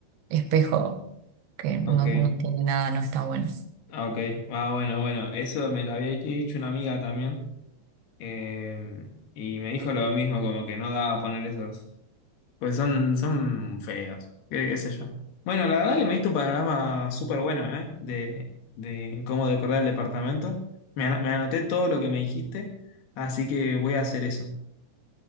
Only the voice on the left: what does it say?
Ok.
Ah, ok. Ah, bueno, bueno. Eso me lo había dicho una amiga también. eh, y me dijo lo mismo, como que no daba poner esos. Pues son, son feos. ¿Qué, qué sé yo? Bueno, la verdad que me diste un panorama súper bueno, ¿eh? De, de cómo decorar el departamento. Me, ana- me anoté todo lo que me dijiste, así que voy a hacer eso.